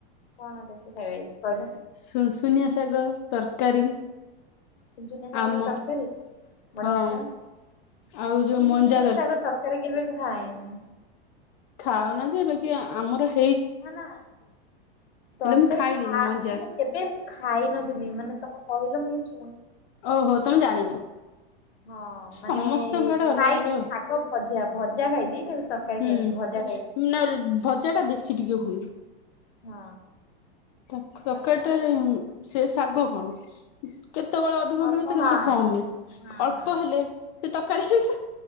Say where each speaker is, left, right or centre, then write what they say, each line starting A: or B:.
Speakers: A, on the left; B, on the left.
A: କଣ ଦେଶୀ ଖାଇବା ହେଇଛି କହିଲ?
B: ସୁ ଶୁନିଆ ଶାଗ। ତରକାରୀ।
A: ଛୁନଛୁନିଆ ସାଗର
B: ଆଉ ମ
A: ତରକାରୀ ବଢିଆ
B: ହଁ
A: ତ ମୁଁ
B: ଆଉ ଯୋଉ ମଞ୍ଜା
A: ଛୁନଛୁନିଆ ସାଗ ତରକାରୀ କେବେ ଖା ଖାଇନି।
B: ଖାଉନା ଯେ ଏ ବାକି ଆମର ହେ
A: ନା ନା
B: ହେଲେ
A: ତରକାରୀ
B: ମୁଁ ଖାଇଲିନି
A: ଖା ମାନେ
B: ମଞ୍ଜା।
A: କେବେ ମୁଁ ଖାଇ ନଥିଲି ମାନେ ତମ କହିଲ ମୁ ଏଇ ଶୁ
B: ଓହୋ ତମେ ଜାଣିନ।
A: ହଁ
B: ସମସ୍ତଙ୍କ
A: ମାନେ
B: ଆଡେ ଅଲଗା
A: ଖାଇ
B: ଅଲଗା
A: ଚି ସାଗ ଭଜା ଭଜ ଭଜା ଖାଇଛି। ତରକାରୀ
B: ହୁଁ
A: ଖାଇନି ଭଜା ଖାଇଛି
B: ନଏଲେ ଭଜା ଟା ବେଶୀ ଟିକେ ହୁଏ।
A: ହଁ।
B: ତ ତକାରି
A: ତରକାରୀ
B: ଟା ଜ ସେଷ ଶାଗ କଣ କେତେ କେତେବେଳେ ଅଧିକ
A: ଅଳ୍ପ
B: ମିଳେ ତ
A: ହଁ
B: କେତେ କମ ମିଳେ
A: ହଁ
B: ଅଳ୍ପ
A: ହଁ
B: ହେଲେ। ସେ ତକାରୀ ହେଇଲା।